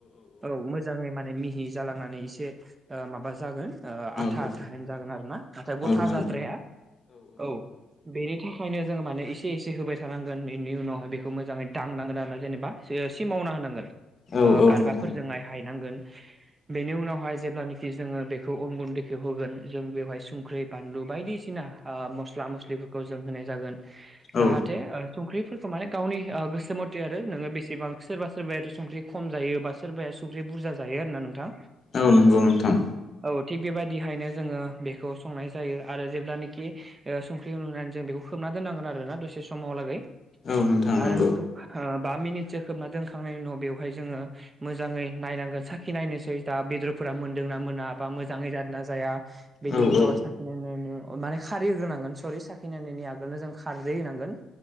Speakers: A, on the right; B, on the left.
A: औ मो जाङै माने मिहि जालांनानै एसे ओ माबा जागोन। ओ आथा
B: औ औ
A: आथाहैनो जागोन आरो ना नाथाय गथा
B: नों
A: जाद्राया औ। बेनि थाखायनो जोङो माने एसे एसे होबाय थानां गोन बेनि उनावहाय बेखौ मोजाङै दांनांगोन आरोना जेनेबा <unintelligible> मावना होनांगोन
B: औ
A: ओ
B: औ
A: गारबाफोरजोंहाय
B: नोंथां
A: हायनांगोन
B: <unintelligible>
A: बेनि उनावहाय जेब्लानाखि जोङो बेखौ अन गुन्दैखौ होगोन जों बेवहाय संख्र्रि बानलु बायदिसिना ओ मस्ला मस्लिफोरखौ जों होनाय जागोन जाहाथे
B: औ
A: ओ संख्रिफोरखौ माने गावनि ओ गोसो मथे आरो नोङो बेसेबां सोरबा सोरबायाथ' संख्रि खम जायो बा सोरबाया सुख्रि बुरजा जायो आरो ना नोंथां।
B: औौ नंगौ नोंथा।
A: औ थिग बेबायदिहायनो जोङो बेखौ संनाय जायो आरो जेब्लानिखि ओ संख्रिहुनानै जों बेखौ खोबना दोन्नांगोन आरो ना दसे समाव लागै।
B: औ नोंथां
A: आरो
B: नंगौ
A: खोब ओ बा मिनिटसो खोबना दोनखांनायनि उनाव बेवहाय जोङो मोजाङै नायनांगोन साखि नायनोसै दा बेदरफोरा मोनदोंना मोना बा मोजाङै जादों ना जाया बेनि
B: औ
A: उनाव
B: औ
A: सा माने खारै होग्रोनांगोन सरि साखिनायनि आगोलनो जों खारदै होग्रोनांगोन सरि साखिनायनि आगोलनो जों खारदै होनांगोन।